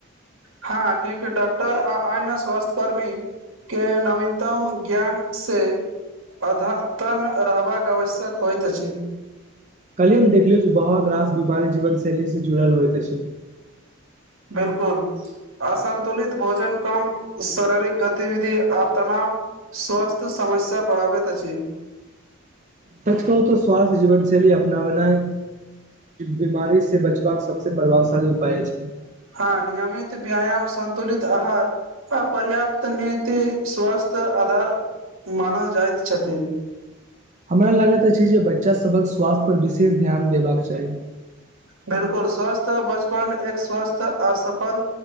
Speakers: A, on the right; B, on the right.
A: हँ, किएक तँ डॉक्टर आ अन्य स्वास्थ्यकर्मी के नवीनतम ज्ञान से अद्यतन रहबाक आवश्यकता होइत अछि।
B: कहलियौ ने, देखलियौ जे बहुत रास बीमारी जीवनशैलीसँ जुड़ल होइत अछि।
A: बिल्कुल असन्तुलित भोजन, कम शारीरिक गतिविधि आ तनाव। स्वास्थ्य समस्या बढ़ाबैत अछि।
B: सच कहू तऽ स्वासथ्य जीवन शैली अपना बनाए बीमारीसँ बचबाक सभसँ प्रभावशाली उपाय छै।
A: हँ नियमित व्यायाम सन्तुलित आहार अपर्याप्त नीति स्वास्थ्य आधार मानल जाइत अछि।
B: हमरा लगैत अछि जे बच्चासभक स्वास्थ्य पर विशेष ध्यान देबाक चाही।
A: बिल्कुल स्वस्थ बचपन एक स्वस्थ असफल